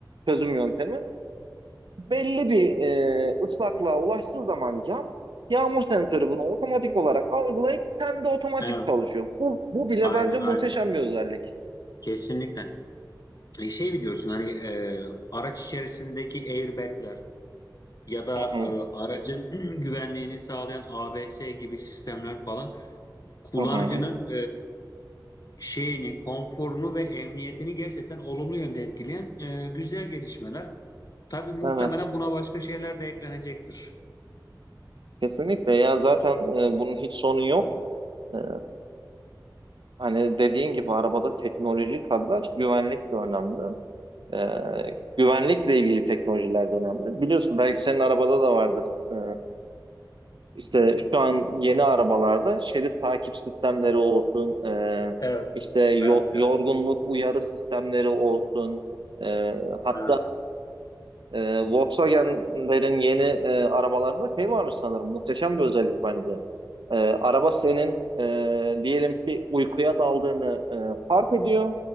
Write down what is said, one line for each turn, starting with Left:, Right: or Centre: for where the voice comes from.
Right: çözüm yöntemi. Belli bir e, ıslaklığa ulaştığı zaman cam yağmur sensörü bunu otomatik olarak algılayıp kendi otomatik
Left: Evet,
Right: çalışıyor. Bu, bu bile
Left: aynen
Right: bence muhteşem
Left: aynen.
Right: bir özellik.
Left: Kesinlikle. E şey biliyorsun hani e, araç içerisindeki airbagler ya da
Right: Hı hı.
Left: e, aracın <clears throat> güvenliğini sağlayan ABS gibi sistemler falan kullanıcının
Right: Hı hı.
Left: e, şeyini, konforunu ve emniyetini gerçekten olumlu yönde etkileyen e, güzel gelişmeler. Tabii muhtemelen
Right: Evet.
Left: buna başka şeyler de eklenecektir.
Right: Kesinlikle ya zaten e, bunun hiç sonu yok. E, hani dediğin gibi arabada teknoloji kadar güvenlik de önemli. E, güvenlikle ilgili teknolojiler de önemli. Biliyorsun belki senin arabada da vardır. E, İşte şu an yeni arabalarda şerit takip sistemleri olsun, e,
Left: Evet,
Right: işte yo-
Left: evet, evet,
Right: yorgunluk uyarı sistemleri olsun, e, hatta
Left: evet,
Right: e, Volkswagen'lerin yeni e, arabalarında şey varmış sanırım, muhteşem bir özellik bence. E, araba senin e, diyelim ki uykuya daldığını e, fark ediyor.